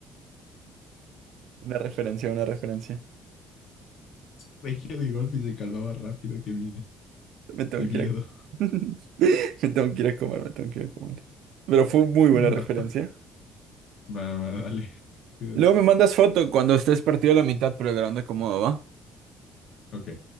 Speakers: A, on the right (about 65°); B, on the left (about 50°).
A: Una referencia, una referencia.
B: Regio <laughs> de golpe y se calmaba rápido. Qué, mie-
A: Me tengo
B: qué
A: que
B: miedo.
A: ir a... <laughs> Me tengo que ir a comer, me tengo que ir a comer. Pero fue muy buena
B: <laughs>
A: referencia.
B: Va, va, va, dale. Cuídate.
A: Luego me mandas foto cuando estés partido a la mitad, pero grande cómo va.
B: Ok,